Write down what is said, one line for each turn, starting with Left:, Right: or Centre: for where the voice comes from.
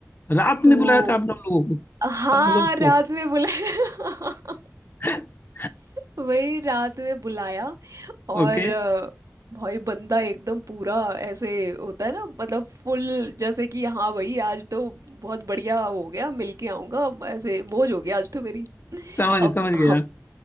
Left: रात
Right: तो
Left: में बुलाया था आपने उन लोगों को
Right: हाँ
Left: हाँ, मतलब उसको
Right: रात में बुलाया <laughs>
Left: <laughs>
Right: वही रात में बुलाया और
Left: ओके
Right: अ, भाई बंदा एकदम पूरा ऐसे होता है ना मतलब फुल जैसे कि हाँ भाई आज तो बहुत बढ़िया हो गया मिल के आऊंगा अब ऐसे मौज हो गया आज तो मेरी
Left: समझ
Right: अब
Left: समझ
Right: हम
Left: गया